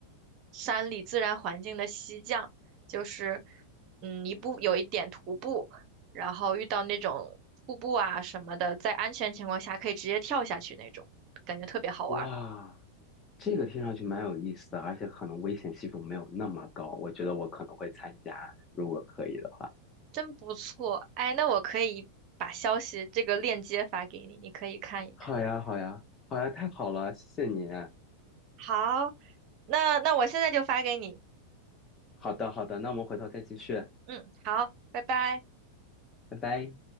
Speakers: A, on the right; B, on the left.
A: 山里自然环境的溪降，就是嗯一步有一点徒步，然后遇到那种瀑布啊什么的，在安全情况下可以直接跳下去那种，感觉特别好玩儿，
B: 哇，这个听上去蛮有意思的，而且可能危险系数没有那么高，我觉得我可能会参加，如果可以的话。
A: 真不错。哎，那我可以把消息这个链接发给你，你可以看一看。
B: 好呀，好呀，好呀，太好了，谢谢你。
A: 好，那那我现在就发给你。
B: 好的，好的，那我们回头再继续，
A: 嗯，好，拜拜。
B: 拜拜。